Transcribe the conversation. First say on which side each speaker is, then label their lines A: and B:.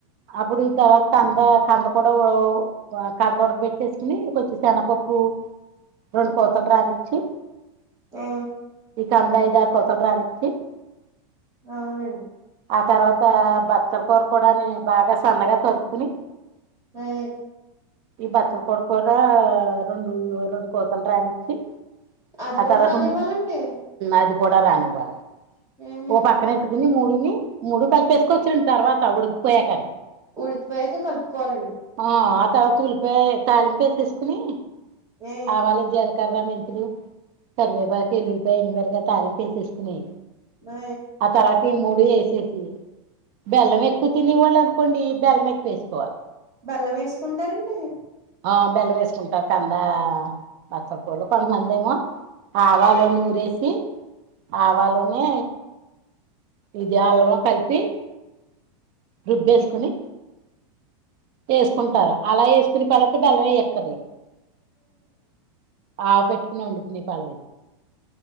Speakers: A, on the right; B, on the right.
A: అప్పుడు ఈ తర్వాత కంద కంద కూడా వావ్ కంద ఉడక పెట్టేసుకొని కొంచెం శనపప్పు రెండు కోతలు రానిచ్చి
B: ఆ
A: ఇక కంద ఐదు ఆరు కోతలు రానిచ్చి
B: అవున
A: ఆ తర్వాత బచ్చల కూర కూడా ని బాగా సన్నగా తరుక్కొని
B: ఆ
A: ఈ బచ్చల కూర కూడా రెండు రెండు కూతలు రానిచ్చి
B: అది
A: ఆ
B: కూడా
A: తర్వాత
B: రానివ్వాలండి
A: అది కూడా రానివ్వాలి
B: ఉహు
A: ఓ పక్కన పెట్టు ఈ మూడిని మూడు కలిపేసుకోవచ్చు లేండి ర్వాత ఉడకిపోయాక
B: ఉడికి పోయాక కలుపుకోవాలని
A: ఆ ఆ తర్వాత ఉలిపాయ తాలింపు వేసేసుకొని
B: ఆ
A: ఆవాలు జీలకర్రా మెంతులు కరివేపాకు ఎల్లుల్లిపాయ ఎండు మిరపకాయలు తాలింపు వేసేసుకుని
B: మ్
A: ఆ తర్వాత ఈ మూడు ఏసేసి బెల్లం
B: అవునండి
A: ఎక్కువ తినివాళ్ళ కొన్ని బెల్లం ఎక్కువ వేసుకోవాలి
B: బెల్లం వేసుకుంటారండి
A: ఆ బెల్లం వేసుకుంటారు కందా బచ్చల కూరలో కొంతమంది ఏమో ఆవాలు నూరేసి ఆవాలనూ ఈ బెల్లను కలిపి రుబ్బేసుకుని చేసుకుంటార అలా వేసుకుని తర్వాత బెల్లం వేయక్కర్లేదు ఆవ పెట్టుకుని వండుకుని హలో